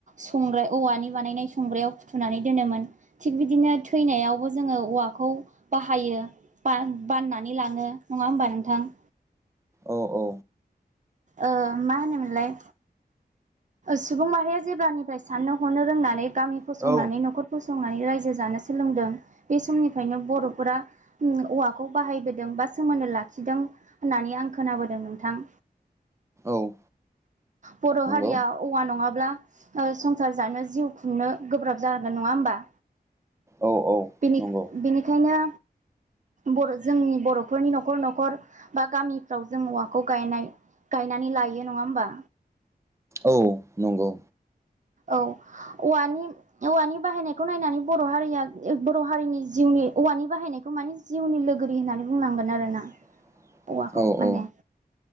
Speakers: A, on the right; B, on the right.
A: संग्राय औवानि बानायनाय संग्रायाव फुथुनानै दोनोमोन। थिग बिदिनो थैनायावबो जोङो औवाखौ बाहायो बान बाननानै लाङो नङा होमबा नोंथां?
B: औ औ।
A: ओ मा होनोमोनलाय सुबुं माहारिया जेब्लानिफ्राय साननो हरनो रोंनानै गामि फसंनानै
B: औ औ
A: न'खर फसंनानै रायजो जानो सोलोंदों बे समनिफ्रायनो बर'फोरा औवाखौ बाहायबोदों बा सोमोन्दो लाखिदों होननानै आं खोनाबोदों नोंथां।
B: औ
A: बर'
B: नंगौ
A: हारिया औवा नङाब्ला ओ संसार जानो जिउ खुंनो गोब्राब जागोन नङा होमबा?
B: औ औ।
A: बिनि
B: नंगौ
A: बेनिखायनो बर' जोंनि बर'फोरनि न'खर -न'खर बा गामिफ्राव जों औवाखौ गायनाय गायनानै लायो नङा होमबा।
B: औ नंगौ।
A: औ औवानि औवानि बाहायनायखौ नायनानै बर' हारिया बर' हारिनि जिउनि औवानि बाहायनायखौ मानि जिउनि लोगोरि होननानै बुंनांगोन आरो ना।
B: <inaudible>
A: औवाखौ
B: औ
A: माने।
B: औ